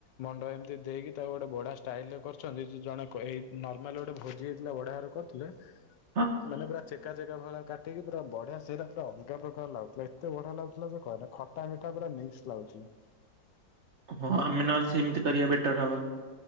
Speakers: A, on the left; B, on the right.
A: ମଣ୍ଡ ଏମିତି ଦେଇକି ତାକୁ ଗୋଟେ ବଢିଆ ଷ୍ଟାଇଲ୍ ରେ କରୁଛନ୍ତି ଜଣେ ଏଇ ନର୍ମାଲ ଗୋଟେ ଭୋ। ଭୋଜି ହେଇଥିଲା ବଢିଆ ଭାବରେ କରିଥିବେ।
B: <inaudible>
A: ମାନେ ପୁରା ଚେକା ଚେକା ଭଳିଆ କାଟିକି ପୁରା ବଢିଆ ସେଇଟା ପୁରା ଅଲଗା ପ୍ରକାର ଲାଗୁଥିଲା ଏତେ ବଢିଆ ଲାଗୁଥିଲା କହନା। ଖଟା ମିଠା ପୁରା ମିକ୍ସ ଲାଗୁଥିଲା।
B: ହଁ ଆମେ ନହେଲେ ସେମିତି କରିବା ବେଟର ହବ।